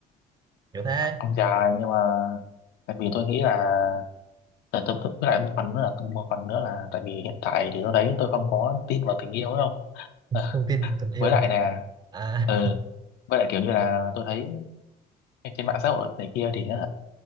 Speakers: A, on the right; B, on the left.
A: kiểu thế
B: ông dài nhưng mà tại vì tôi nghĩ là tại tôi, tôi, với lại một phần nữa là một phần nữa là tại vì hiện tại thì tôi thấy tôi không có tin vào tình yêu đâu Ờ,
A: thông tin và tình yêu
B: với lại
A: à
B: nè
A: à
B: ừ với lại kiểu như là tôi thấy trên mạng xã hội này kia thì hả,